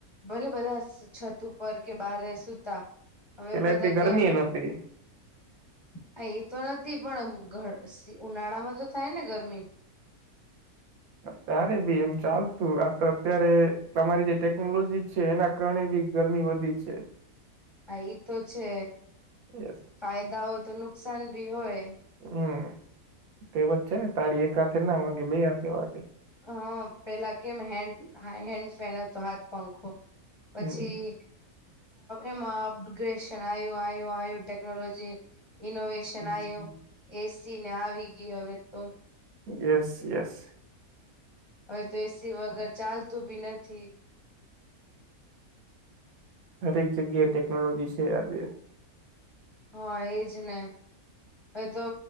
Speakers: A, on the left; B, on the right.
A: ભલે બધા છત ઉપ કે બારે સૂતા હવે
B: પેલા
A: બધા
B: એટલી ગરમી
A: ગરમ
B: નહોતી
A: હા એતો નથી પણ ઉનાળા માં તો થાય ને ગરમી.
B: ત્યારે બી એમ ચાલતું આ તો અત્યારે તમારી જે ટેકનોલોજી. છે એના કારણે બી ગરમી વધી જ છે.
A: હા એ તો છે
B: યસ
A: ફાયદા હોય તો નુકસાન ભી હોય.
B: હમ તેવ જ છે ને તાળી એક હાથે ના વાગે બે હાથે વાગે.
A: હ પેલા કેમ હેન્ડ હેન્ડ ફેન હતો હાથ પંખો પછી.
B: હમ
A: એમાં અપગ્રેશન આવ આવ્યું આવું ટેકનોલોજી ઇનોવેશ.
B: હમ.
A: ન આવ્યો એસી ને આવી ગય હવે તો.
B: Yes, yes.
A: હવે તો એ. સી વગર ચાલતું બી નથી.
B: હરેક જગ્યાએ ટેકનોલોજી છે આજે.
A: હા એજ ને હવે તો.